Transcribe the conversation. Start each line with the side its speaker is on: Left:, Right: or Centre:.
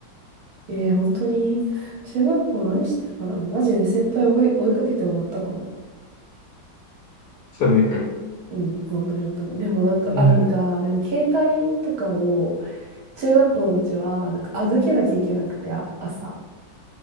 Right: えー、本当に、中学校何してたかなマジで先輩を追い追いかけて終わったかも。
Left: 3年間。
Right: うん、本当に本当に。でもなんか、
Left: もう、
Right: あ、なんか、でも携帯とかを、中学校のうちは、なんか預けなきゃいけなくて、あ、朝。